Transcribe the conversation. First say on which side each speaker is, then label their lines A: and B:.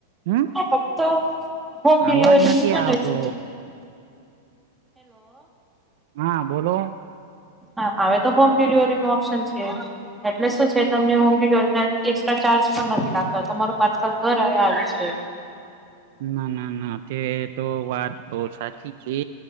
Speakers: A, on the right; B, in the centre.
A: હમ
B: તબ તો હોમ ડલિવરીનું
A: અવાજ નથી આવતો
B: <inaudible>
A: હા, બોલો.
B: હા અવે તો હોમ ડિલિવરીનો ઓપ્શન છે એટલે શું છે તમને હોમ ડિલવરીના એ ચાર્જ પણ નથી લાગતા તમારું પાર્સલ ઘરેય આવે છે.
A: ના ના ના, તે તો વાત તો સાચી છે